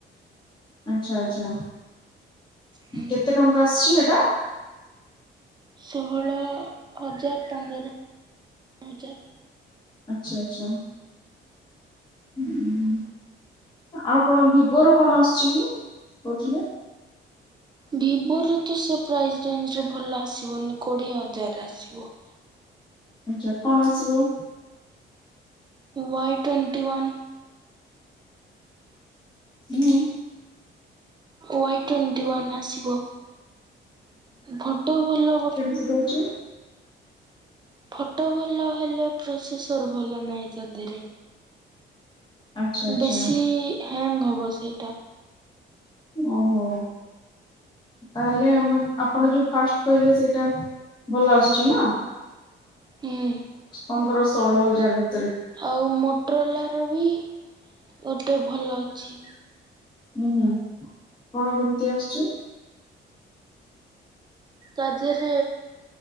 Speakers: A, on the left; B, on the right.
A: ଆଚ୍ଛା ଆଚ୍ଛା
B: ହୁଁ
A: କେତେ ଟଙ୍କା ଆସିଛି ହେଟା?
B: ଷୋହଳ ହଜାର ପନ୍ଦର ହଜାର।
A: ଆଚ୍ଛା ଆଚ୍ଛା ଉଁ ଆଉ କଣ ଭିବୋର କଣ ଆସୁଚି କି କହୁଥିଲେ।
B: ଭିବୋର ତ ସେ ପ୍ରାଇଜ୍ ରେଞ୍ଜରେ ଭଲ ଆସିବନି କୋଡିଏ ହଜାରରେ ଆସିବ।
A: ଆଚ୍ଛା କଣ ଆସିବ?
B: Y twenty one.
A: ହୁଁ।
B: ୱାଇ ଟୋଣ୍ଟିୱାନ୍ ଆସିବ ଫଟୋ ଭଲ ହବ।
A: ତୁ ଦଉଚୁ?
B: ଫଟୋ ଭଲ ହେଲେ ପ୍ରୋସେସର୍ ଭଲ ନାହିଁ ତାଧେରେ।
A: ଆଚ୍ଛା ଆଚ୍ଛା
B: ବେଶୀ ହ୍ୟାଙ୍ଗ୍ ହବ ସେଇଟା।
A: ଓହୋ। ତାହେଲେ ଆମେ ଆପଣ ଯୋଉ ଫାଷ୍ଟ୍ କହିଲେ ସେଇଟା ଭଲ ଆସୁଚି ନା।
B: ହୁଁ।
A: ପନ୍ଦର ଷୋଳ ହଜାର ଭି
B: ଆଉ ମୋଟରଲାର ବି ଗୋଟେ ଭଲ ଅଛି।
A: ଉଁ କଣ କେମତି ଆସୁଚି?
B: ତା ଧିଏରେ